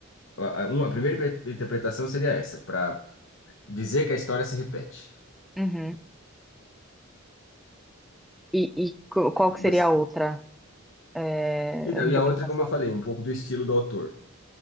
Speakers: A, on the left (about 60°); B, in the centre.
A: uma a primeira inter- interpretação seria essa, para dizer que a história se repete.
B: Uhum. E, e co- qual
A: Que
B: que
A: você-
B: seria a outra é,
A: Então,
B: interpretação?
A: e a outra, como eu falei, um pouco do estilo do autor.